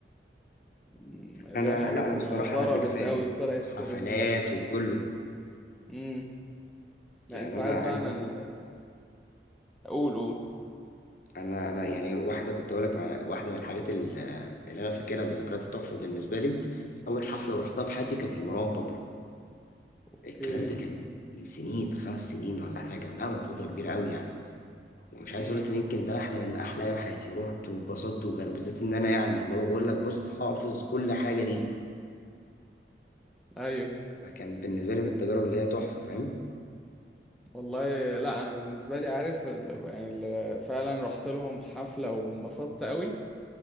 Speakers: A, in the centre; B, on the left.
A: مم، اللي
B: انا
A: هي الحاجات
B: لا انا
A: اللي
B: بصراحة
A: ضربت
B: انا بيج فان
A: قوي وطلعت
B: حفلات
A: ترند فاهم
B: وكله
A: امم لا
B: يعني
A: انت
B: انا
A: عارف بقى
B: عايز
A: انا
B: اقول
A: ال-
B: لك
A: اقول قول
B: انا انا يعني واحده كنت اقول لك مع- واحده من الحاجات ال- اللي انا فاكرها والذكريات التحفه بالنسبه لي اول حفله رحتها في حياتي كانت لمروان بابلو
A: اوكي
B: الكلام ده كان من سنين خمس سنين ولا حاجة لا من فترة كبيرة قوي يعني ومش عايز
A: امم
B: اقول لك ان يمكن ده واحدة من احلى ايام حياتي رحت واتبسطت وغير بالذات ان انا يعني اللي هو بقول لك بص حافظ كل حاجة ليه
A: ايوه
B: فكان بالنسبة لي من التجارب اللي هي تحفة فاهم
A: والله لا انا بالنسبة لي عارف ال... يعني اللي فعلا رحت لهم حفلة وانبسطت قوي